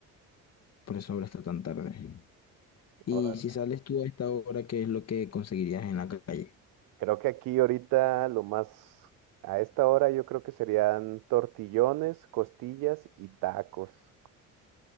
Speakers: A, on the left (about 45°); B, on the right (about 65°).
A: por eso ahora está tan tarde. Y
B: Órale.
A: si sales tú a esta hora, ¿qué es lo que conseguirías en la calle?
B: Creo que aquí ahorita lo más, a esta hora yo creo que serían tortillones, costillas y tacos.